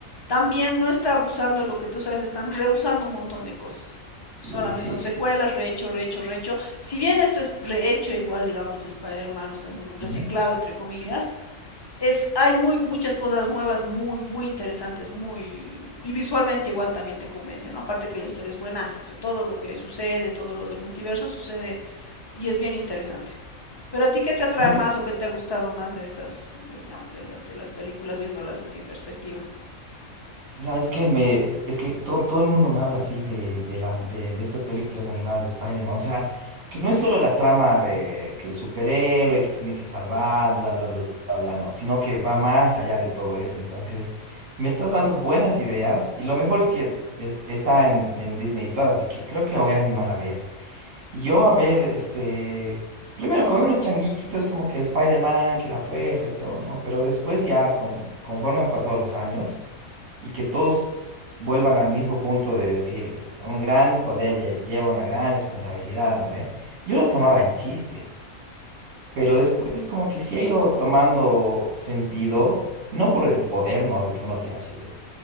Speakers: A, on the left; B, on the right.
A: también no está abusando lo que tú sabes, están reusando un montón de cosas.
B: Sí,
A: Solamente
B: sí,
A: son secuelas,
B: sí.
A: rehecho, rehecho, rehecho. Si bien esto es rehecho igual, digamos, de Spider-Man, o sea, es un
B: ya.
A: reciclado, entre comillas, es, hay muy, muchas cosas nuevas, muy, muy interesantes, muy, y visualmente igual también te convence, ¿no? Aparte que la historia es buenaza, o sea, todo lo que sucede, todo lo del multiverso sucede y es bien interesante. Pero a ti, ¿qué te atrae
B: ¿No te
A: más o qué te ha gustado más de estas, de, digamos, de, la- de las películas viéndolas así en perspectiva?
B: Sabes que me, es que todo, todo el mundo me habla así de, de, la, de, de estas películas animadas de Spider-Man. O sea, que no es solo la trama de que el superhéroe que tiene que salvar, bla, bla, bla, bla, bla, no, sino que va más allá de todo eso. Entonces, me estás dando buenas ideas y lo mejor es que es- está en, en Disney Plus, así que creo que me voy a animar a ver. Y yo a ver, este, primero con unos changuitos como que Spider-Man, que la fuerza y todo, ¿no? Pero después ya, con- conforme han pasado los años y que todos vuelvan al mismo punto de decir, eh, un gran poder lle- lleva una gran responsabilidad, ¿no ve? Yo lo tomaba en chiste, pero después como que sí ha ido tomando sentido, no por el poder, ¿no? De que uno tiene así de,